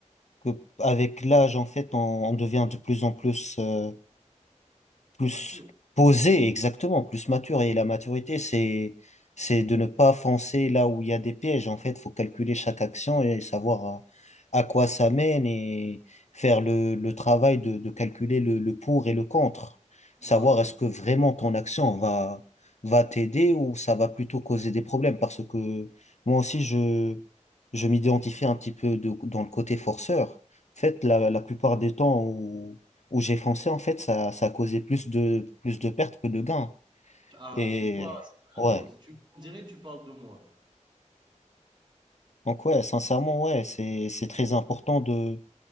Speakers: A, on the left; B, on the right.
A: que avec l'âge, en fait, on, on devient de plus en plus, euh, plus
B: Mathieu,
A: posé, exactement, plus mature. Et la maturité, c'est, c'est de ne pas foncer là où il y a des pièges. En fait, faut calculer chaque action et savoir à, à quoi ça mène et faire le, le travail de, de calculer le, le pour et le contre. Savoir
B: voilà.
A: est-ce que vraiment ton action va, va t'aider ou ça va plutôt causer des problèmes. Parce que moi aussi, je, je m'identifie un petit peu de- dans le côté forceur. En fait, la, la plupart des temps où où j'ai foncé, en fait, ça, ça a causé plus de, plus de pertes que de gains.
B: Ah,
A: Et
B: tu vois, c'est la
A: ouais,
B: même chose. Tu, on dirait tu parles de moi.
A: donc ouais, sincèrement, ouais, c'est, c'est très important de,